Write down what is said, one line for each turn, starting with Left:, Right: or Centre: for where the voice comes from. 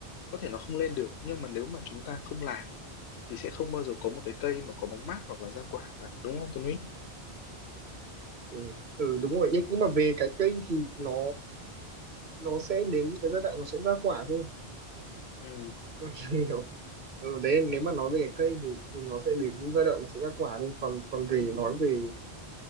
Left: có thể nó không lên được nhưng mà nếu mà chúng ta không làm thì sẽ không bao giờ có một cái cây mà có bóng mát hoặc là ra quả cả đúng không Tuấn Huy
Right: ừ. ừ đúng rồi nhưng nhưng mà về cái cây thì nó nó sẽ đến cái giai đoạn nó sẽ ra quả thôi
Left: ừ
Right: Tôi hiểu. <laughs> ừ đấy nếu mà nói về cái cây thì thì nó sẽ đến những giai đoạn nó sẽ ra quả thôi còn còn về nói về